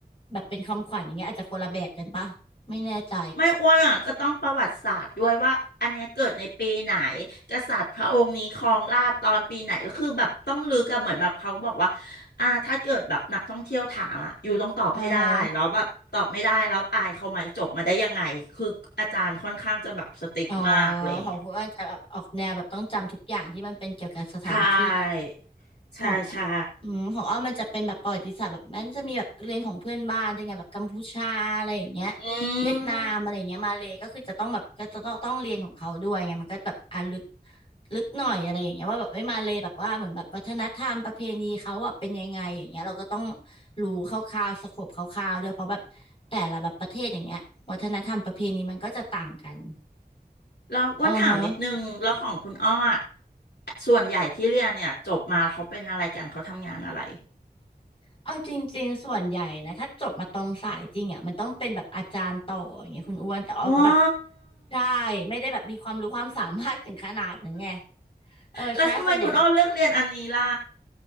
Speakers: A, on the left; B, on the left.
A: แบบเป็นคำขวัญอย่างเงี้ยอาจจะคนละแบบกันปะไม่แน่ใจ
B: ไม่อ้วนอ่ะก็ต้องประวัติศาสตร์ด้วยว่าอันเนี้ยเกิดในปีไหนกษัตริย์พระองค์นี้ครองราชย์ตอนปีไหนแล้วคือแบบต้องลึกอะเหมือนแบบเขาบอกว่าอ่าถ้าเกิดแบบนักท่องเที่ยวถามอะอยู่ต้องตอบให้ได้แล้วแบบตอบไม่ได้แล้วอายเขาไหมจบมาได้ยังไงคืออาจารย์ค่อนข้างจะแบบสติ๊กมากอะไรอย่างเงี้ย
A: อ่าฮะ อ๋อของคุณอ้นจะแบบออกแนวแบบต้องจำทุกอย่างที่มันเป็นเกี่ยวกับสถานที่
B: ใช่
A: ของ
B: ใช่ใช่
A: อืมของอ้อมมันจะเป็นแบบประวัติศาสตร์แบบมันจะมีแบบเรียนของเพื่อนบ้านด้วยไงแบบกัมพูชาอะไรอย่างเงี้ย
B: อื
A: เวียดนามอะไรอย่างเงี้ยมาเลยก็คือจะต้องแบบก็จะต้องต้องเรียนของเขาด้วยไงมันก็แบบอ่ะลึก
B: ม
A: ลึกหน่อยอะไรอย่างเงี้ยว่าแบบเอ้ยมาเลยแบบว่าเหมือนแบบวัฒนธรรมประเพณีเขาอ่ะเป็นยังไงอย่างเงี้ยเราก็ต้องรู้คร่าวๆสโคปคร่าวๆด้วยเพราะแบบแต่ละแบบประเทศอย่างเงี้ยวัฒนธรรมประเพณีมันก็จะต่างกัน
B: เราอ้วนถามนิดนึงแล้วของคุณอ้ออะ
A: อือฮะ
B: ส่วนใหญ่ที่เรียนเนี่ยจบมาเขาเป็นอะไรกันเขาทำงานอะไร
A: เอาจริงๆส่วนใหญ่นะถ้าจบมาตรงสายจริงอ่ะมันต้องเป็นแบบอาจารย์ต่ออย่างเงี้ยคุณอ้วนแต่ออกก็แบบ
B: ว้า
A: ใช่ไม่ได้แบบมีความรู้ความสามารถถึงขนาดนั้นไงเออใช่ส่วนใหญ่
B: แล้วทำไมคุณอ้อเลือกเรียนอันนี้ล่ะ